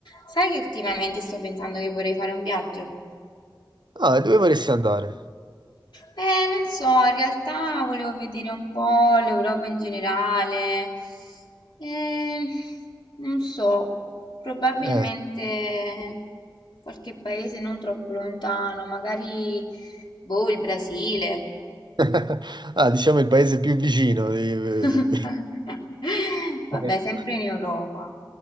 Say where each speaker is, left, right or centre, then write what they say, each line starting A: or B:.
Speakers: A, on the left (about 75°); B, on the right (about 70°).
A: Sai che ultimamente sto pensando che vorrei fare un viaggio?
B: Ah, e dove vorresti andare?
A: Eh, non so, in realtà volevo vedere un po' l'Europa in generale. Eh, non so, probabilmente
B: Eh.
A: qualche paese non troppo lontano, magari, boh, il Brasile.
B: <laughs> Ah, diciamo il paese più vicino. di-
A: <laughs> Vabbè,
B: <laughs>
A: sempre in Europa.